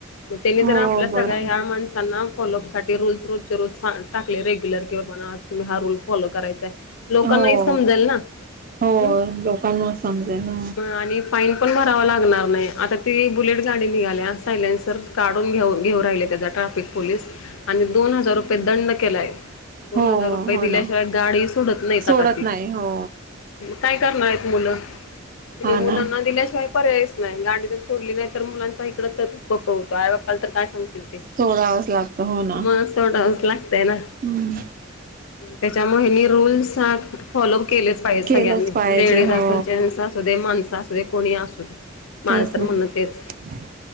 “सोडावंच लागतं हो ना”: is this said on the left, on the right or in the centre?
Right